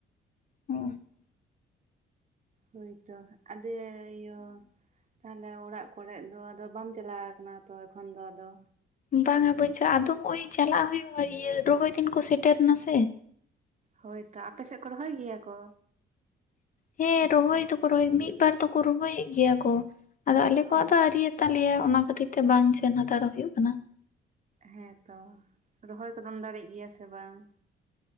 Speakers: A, on the left (about 40°); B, on the right (about 35°).
A: ᱦᱩᱸ
B: ᱦᱳᱭ ᱛᱚ, ᱟᱫᱮ ᱤᱭᱟᱹ ᱛᱟᱦᱚᱞᱮ, ᱚᱲᱟᱜ ᱠᱚᱨᱮ ᱫᱚ, ᱟᱫᱚ, ᱵᱟᱢ ᱪᱟᱞᱟᱣ ᱟᱠᱟᱱᱟ, ᱛᱚ ᱮᱠᱷᱚᱱ ᱫᱚ ᱟᱫᱚ
A: ᱵᱟᱝᱟ ᱵᱟᱹᱧ ᱪᱟᱜ-ᱟ ᱟᱫᱚ ᱱᱚᱜ-ᱚᱭ ᱪᱟᱞᱟᱜ ᱦᱩᱭᱩᱜᱼᱟ ᱤᱭᱟᱹ ᱨᱚᱦᱚᱭ ᱫᱤᱱ ᱠᱚ ᱥᱮᱴᱮᱨ ᱱᱟ ᱥᱮ
B: ᱦᱳᱭ ᱛᱚ ᱟᱯᱮ ᱥᱮᱜ ᱠᱚ ᱨᱚᱦᱚᱭ ᱜᱮᱭᱟ ᱠᱚ
A: ᱦᱮᱸᱻ, ᱨᱚᱦᱚᱭ ᱫᱚᱠᱚ, ᱨᱚᱦᱚᱭ, ᱢᱤᱫ ᱵᱟᱨ ᱫᱚᱠᱚ, ᱨᱚᱦᱚᱭᱮᱫ ᱜᱮᱭᱟ ᱠᱚ ᱟᱫᱚ, ᱟᱞᱮ ᱠᱚᱣᱟᱜ
B: ᱚ
A: ᱫᱚ, ᱟ. ᱣᱨᱤᱭᱟ ᱛᱟᱞᱮᱭᱟ, ᱚᱱᱟ ᱠᱷᱟᱹᱛᱤᱨ ᱛᱮ, ᱵᱟᱝ ᱥᱮᱱ ᱦᱟᱛᱟᱲᱟ ᱦᱩᱭᱩᱜ ᱟᱠᱟᱱᱟ ᱾
B: ᱦᱮᱸᱛᱚ ᱨᱚᱦᱚᱭ ᱠᱚᱫᱚᱢ ᱫᱟᱲᱮᱜ ᱜᱮᱭᱟ ᱥᱮ ᱵᱟᱝ?